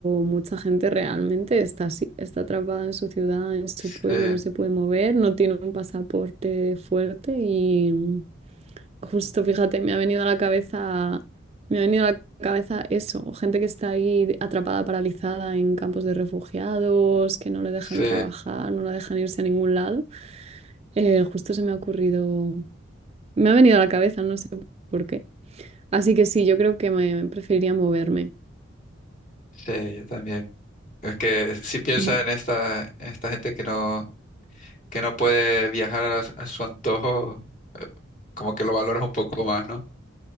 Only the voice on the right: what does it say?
mucha gente realmente está así, está atrapada en su ciudad, en su
pueblo, no se puede mover, no tiene un pasaporte fuerte y... Justo, fíjate, me ha venido a la cabeza, me ha venido a la cabeza eso, o gente que está ahí de- atrapada, paralizada en campos de refugiados, que no le dejan
trabajar, no la dejan irse a ningún lado. Eh, justo se me ha ocurrido, me ha venido a la cabeza, no sé por qué. Así que sí, yo creo que me preferiría moverme.
Mm.